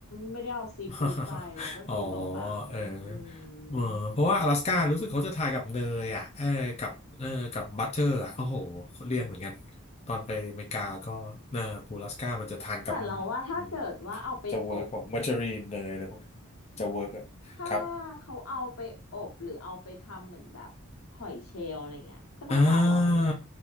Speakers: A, on the left (about 75°); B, on the left (about 30°).
A: ไม่ได้เอาซีฟู้ดไปเราก็กินเปล่าๆอืม
B: <laughs> อ๋อเออเออเพราะว่าอลาสก้ารู้สึกเขาจะถ่ายกับเนยอ่ะเออกับเออกับบัตเตอร์อ่ะโอ้โหเขาเรียนเหมือนกันตอนไปอเมริกาก็เนอปูอลาสก้ามันจะทานกับ
A: แต่เราว่าถ้าเกิดว่าเอาไปอบ
B: อืมจะเวิร์กกว่ามาร์จารีนเนยอะไรพวกนั้นจะเวิร์กอ่ะครับ
A: ถ้าเขาเอาไปอบหรือเอาไปทำเหมือนแบบหอยเชลล์อะไรเงี้ยก็น่าจะอร่อย
B: อ่า